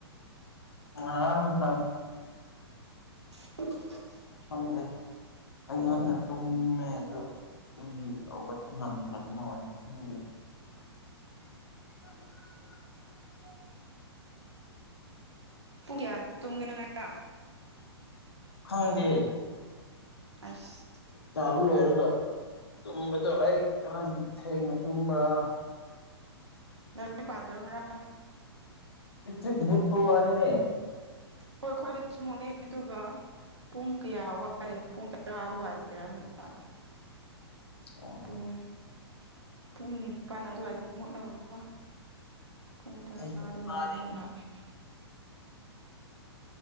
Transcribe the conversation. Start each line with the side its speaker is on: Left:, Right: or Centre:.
Left: ꯑꯗ
Right: <inaudible>
Left: ꯍꯪꯦ ꯍꯉꯅ ꯇꯨꯝꯃꯦ ꯑꯗꯨꯗꯨ ꯀ ꯍꯧꯒꯠꯄ ꯉꯝꯗ꯭ꯔꯕꯅꯣ <inaudible>
Right: ꯄꯨꯡ ꯀꯌꯥꯗ ꯇꯨꯝꯒꯦꯅꯪ ꯉꯔ
Left: ꯈꯪꯗꯦ
Right: ꯑꯁ
Left: ꯇꯥꯕ ꯂꯣꯏꯔꯒ ꯇꯨꯝꯕꯗꯣ ꯑꯩ ꯀꯔ ꯊꯦꯡꯅ ꯇꯨꯝꯕ꯭ꯔꯥ
Right: ꯅ ꯄꯥꯗꯔ
Left: ꯄꯛꯇ ꯃꯨꯠꯄꯅꯤꯅꯦ
Right: ꯍꯣꯏ ꯈꯣꯏꯔ ꯆꯨꯝꯃꯨꯅꯦ ꯑꯗꯨꯒ ꯄꯨꯡ ꯀꯌꯥ ꯋꯥꯏꯗꯅꯣ ꯄꯨꯡ ꯇꯔꯥ ꯑꯗꯨꯋꯥꯏꯗꯔꯥ ꯑꯃꯨꯛ ꯂꯥꯛꯑꯦ
Left: ꯑꯣ
Right: ꯎꯝ ꯄꯨꯡ ꯅꯤꯄꯥꯜ ꯑꯗꯨꯋꯥꯏꯗꯝ ꯃꯨꯠꯂꯒꯀꯣ ꯄꯨꯡ ꯇꯔꯥ
Left: ꯑꯩ ꯏꯃꯥꯗꯤ
Right: ꯑꯗꯨꯋꯥꯏꯗ ꯑꯃꯨꯛ ꯂꯥꯛꯑꯦ